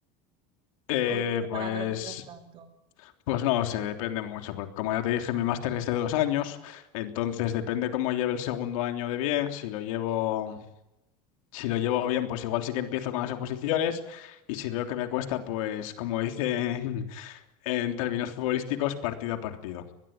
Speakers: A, on the left; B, on the right.
A: Eh,
B: ¿O ir preparándolo
A: pues,
B: mientras tanto?
A: pues no sé, depende mucho, porque como ya te dije, mi máster es de dos años, entonces depende cómo lleve el segundo año de bien, si lo llevo, si lo llevo bien, pues igual sí que empiezo con las oposiciones, y si veo que me cuesta, pues como dicen <laughs> en términos futbolísticos, partido a partido.